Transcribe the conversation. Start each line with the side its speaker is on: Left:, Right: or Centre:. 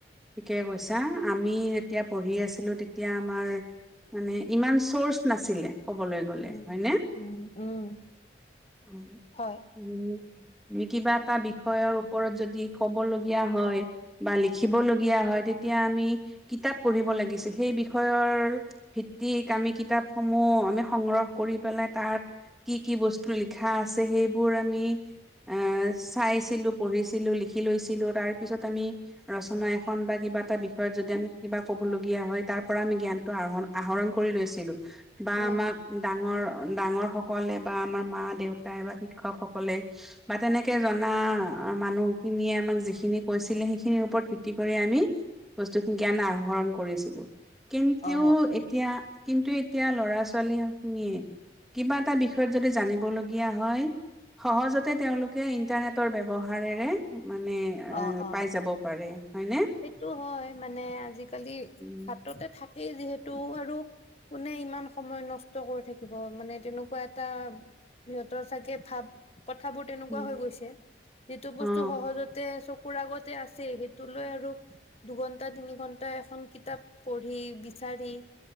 Centre: ঠিকে কৈছা। আমি যেতিয়া পঢ়ি আছিলো তেতিয়া আমাৰ মানে ইমান চৰ্চ নাছিলে ক'বলৈ গ'লে
Left: উম
Centre: হয়নে?
Left: উম, উম।
Centre: অ,
Left: হয়
Centre: উম। মি, কিবা এটা বিষয়ৰ ওপৰত যদি ক'ব লগীয়া হয়। বা লিখিবলগীয়া হয় তেতিয়া আমি কিতাপ পঢ়িব লাগিছিল। সেই বিষয়ৰ ভিত্তিক আমি কিতাপ সমূহ আমি সংগ্ৰহ কৰি পেলাই তাত কি কি বছ লিখা আছে সেইবোৰ আমি এ, চাইছিলো, পঢ়িছিলো, লিখি লৈছিলো। তাৰ পিছত আমি ৰচনা এখন বা কিবা এটা বিষয়ত যদি আমি কিবা ক'ব লগীয়া হয়, তাৰ পৰা আমি জ্ঞানটো আৰ্হন আহৰণ কৰি লৈছিলো। বা
Left: উম
Centre: আমাক ডাঙৰ ডাঙৰ সকলে বা আমাৰ মা দেউতাই বা শিক্ষকসকলে। বা তেনেকে জনা আ, মানুহখিনিয়ে আমাক যিখিনি কৈছিলে সেইখিনিৰ ওপৰত ভিত্তি কৰি আমি বস্তুখিন জ্ঞান আহৰণ কৰিছিলো। কিন্তু
Left: অ
Centre: এতিয়া কিন্তু এতিয়া ল'ৰা ছোৱালী হক নিয়ে কিবা এটা বিষয়ত যদি জানি ব লগীয়া হয়। সহজতে তেওঁলোকে ইণ্টাৰনেটৰ ব্যৱহাৰেৰে মানে এ,
Left: অ অ
Centre: পাই যাব পাৰে। হয়নে?
Left: সেইটো হয় মানে আজিকালি
Centre: উম
Left: হাততে থাকেই যিহেতু আৰু কোনে ইমান সময় নষ্ট কৰি থাকিব মানে তেনেকুৱা এটা সিহঁতৰ চাগে ভাব কথাবোৰ তেনেকুৱা
Centre: উম
Left: হৈ গৈছে। যিটো
Centre: অ
Left: বস্তু সহজতে চকুৰ আগতে আছে সেইটো লৈ আৰু দুঘন্টা তিনি ঘন্টা এখন কিতাপ পঢ়ি বিচাৰি